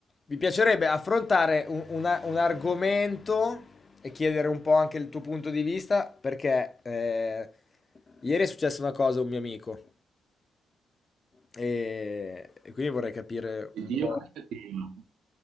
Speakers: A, on the left; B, on the right.
A: Mi piacerebbe affrontare un, una- un argomento e chiedere un po' anche il tuo punto di vista, perché eh, ieri è successa una cosa a un mio amico e, e quindi vorrei capire
B: Positiva
A: un po'.
B: o negativa?